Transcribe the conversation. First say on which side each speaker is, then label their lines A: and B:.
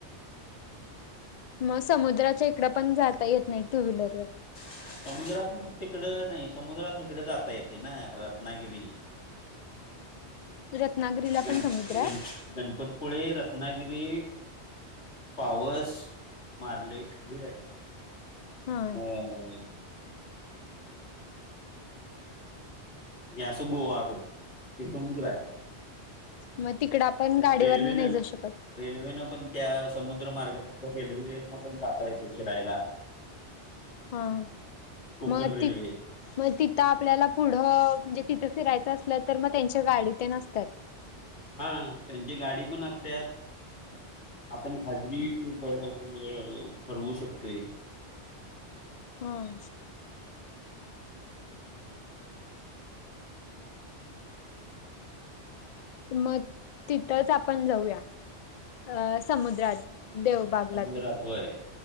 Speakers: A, on the left (about 65°); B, on the left (about 80°).
A: म समुद्राच्या इकडं पण जाता येत नाही टू व्हीलररून.
B: समुद्रात तिकड नाही समुद्रात इकड जाता येतय ना, रत्नागिरी.
A: रत्नागिरीला
B: गण
A: पण समुद्र आहे
B: गण गणपत पुळे रत्नागिरी पावस मारले <inaudible> आहे.
A: हा
B: व्हय व्हय. हे असं गोवा रोड हे समुद्र हाय.
A: मग तिकड आपण गाडीवर्ण
B: रेल्वेनं
A: नाही जाऊ शकत.
B: रेल्वेनं पण त्या समुद्र मार्गातफ रेल्वेन पण जाता येतंय फिरायला.
A: हा,
B: कोकण
A: म
B: रेल्वे
A: ती म तिथं आपल्याला पुढं म्हणजे तिथं फिरायचं असलं तर मग त्यांच्या गाडी तेन असत्यात.
B: हा त्यांची गाडी पण असत्यात आपण खाजवी <unintelligible> ठरवू शकतोय.
A: हां. मत तिथंच आपण जाऊया अ समुद्रात. देव बागला
B: समुद्रात
A: ते.
B: होय